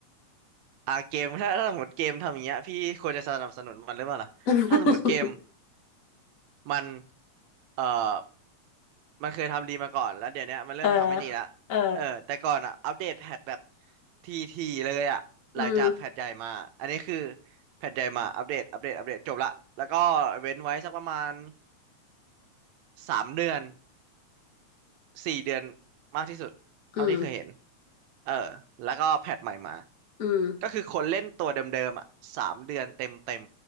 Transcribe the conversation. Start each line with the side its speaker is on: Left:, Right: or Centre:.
Right: อ่าเกมถ้าถ้าสมมติเกมทำอย่างเงี้ยพี่ควรจะสนับสนุนมันหรือเปล่าล่ะถ้าสมมติเกม
Left: <laughs>
Right: มันเอ่อมันเคยทำดีมาก่อนแล้วเดี๋ยวเนี้ยมันเริ่มทำไม่ดีละ
Left: เออเออ
Right: เออแต่ก่อนอ่ะอัปเดตแพทแบบทีทีเลยอ่ะหลังจากแพทใหญ่มาอันนี้คือ
Left: อืม
Right: แพทใหญ่มาอัปเดตอัปเดตอัปเดตจบละแล้วก็เว้นไว้สักประมาณสามเดือน สี่เดือนมากที่สุดเท่าที่เคยเห็น
Left: อืม
Right: เออ แล้วก็แพทใหม่มา
Left: อืม
Right: ก็คือคนเล่นตัวเดิมๆอ่ะสามเดือนเต็มเต็ม